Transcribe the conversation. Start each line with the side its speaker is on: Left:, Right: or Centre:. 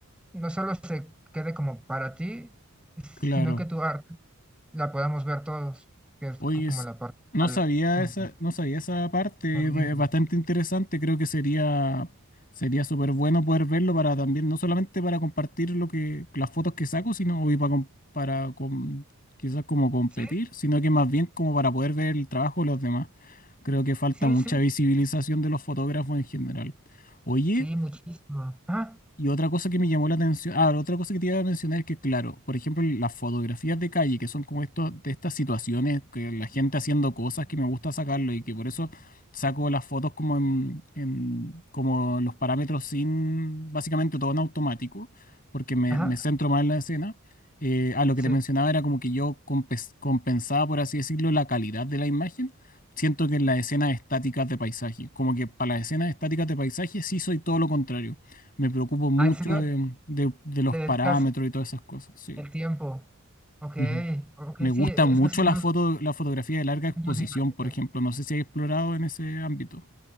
Centre: no solo se quede como para ti,
Left: claro.
Centre: sino que tu arte la podamos ver todos, que es
Left: Oye,
Centre: co- como
Left: es-
Centre: la parte
Left: no
Centre: al-
Left: sabía
Centre: como,
Left: esa, no sabía esa parte,
Centre: como
Left: es
Centre: libre.
Left: ba- bastante interesante. Creo que sería sería súper bueno poder verlo para también, no solamente para compartir lo que, las fotos que saco, sino y para, com- para com- quizás como competir,
Centre: Sí,
Left: sino que más bien como para poder ver el trabajo de los demás. Creo que falta
Centre: sí,
Left: mucha
Centre: sí,
Left: visibilización de los fotógrafos en general. Oye,
Centre: sí, muchísimo. Ajá,
Left: Y otra cosa que me llamó la atención, ah, otra cosa que te iba a mencionar es que, claro, por ejemplo, las fotografías de calle, que son como esto, de estas situaciones, que la gente haciendo cosas que me gusta sacarlo y que por eso saco las fotos como en, en- como los parámetros sin, básicamente todo en automático, porque me,
Centre: ajá,
Left: me centro más en la escena. Eh, a lo que
Centre: sí.
Left: te mencionaba era como que yo compes- compensaba, por así decirlo, la calidad de la imagen. Siento que en las escenas estáticas de paisaje, como que para las escenas estáticas de paisaje sí soy todo lo contrario me preocupo mucho
Centre: Ah, ¿en serio
Left: de, de- de los
Centre: te dedicas
Left: parámetros y todas esas cosas, sí.
Centre: el tiempo? Ok,
Left: Ujú.
Centre: ok,
Left: Me
Centre: sí,
Left: gusta
Centre: e,
Left: mucho
Centre: es que son
Left: la
Centre: dos
Left: foto, la fotografía de larga exposición,
Centre: mundos diferentes.
Left: por ejemplo. No sé si hay explorado en ese ámbito.